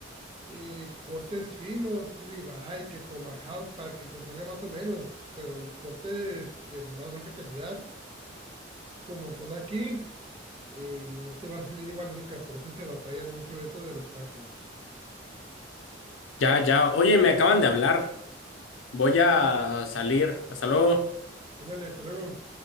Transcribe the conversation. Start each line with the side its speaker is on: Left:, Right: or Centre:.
Right: eh, cortes finos, ribeye, que tomahawk, para que te salga más o menos, pero los cortes de más baja calidad, como son aquí, eh, no te va a salir igual nunca, por eso se batalla mucho eso de los tacos.
Left: Ya, ya, oye, me acaban de hablar. Voy a
Right: Ándale,
Left: salir. Hasta luego.
Right: ándale, hasta luego.